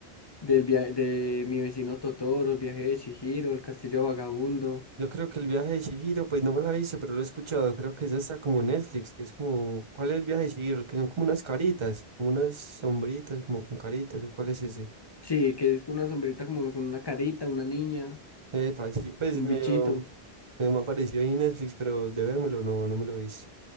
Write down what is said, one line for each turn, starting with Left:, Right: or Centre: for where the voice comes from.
Left: Del via- de mi vecino Totoro, el viaje de Chihiro, el castillo vagabundo.
Right: Yo creo que el viaje de Chihiro, pues no me la he visto, pero lo he escuchado. Creo que es hasta como Netflix, que es como, ¿cuál es el viaje de Chihiro? El que son como unas caritas, como unas sombritas, como con caritas, ¿o cuál es ese?
Left: Sí, que es una sombrita como con una carita, una niña,
Right: Epa, sí, pues
Left: un
Right: medio,
Left: bichito.
Right: medio me apareció ahí en Netflix, pero de vérmelo no, no me lo hice.